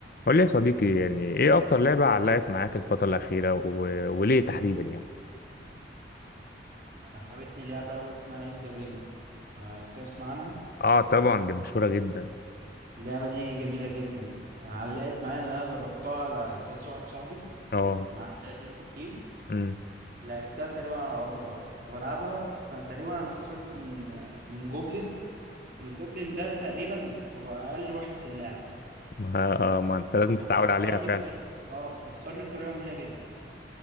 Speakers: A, on the left (about 55°); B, on the right (about 55°).
A: قول لي يا صديقي يعني ايه اكتر لعبة علقت معاك الفترة الأخيرة و... وليه تحديدا يعني
B: انا عجبتني لعبة أوي اسمها إلدر رينج تسمع عنها
A: اه طبعا دي مشهورة جدا
B: اللعبة دي جميلة جدا آه، علقت معايا لأن أنا جربتها على جهاز واحد صاحبي
A: اه
B: معاه 30 60
A: امم
B: لعبتها تقريبا على ألترا كنت بلعبها فتقريبا أنا خسرت من آه، من جوبلين الجوبلين ده تقريبا هو أقل واحد في اللعبة
A: ما... آه، ما انت لازم
B: هو
A: تتعود
B: خسرني
A: عليها فعلا
B: بطريقة اه خسرني بطريقة مهينة جدا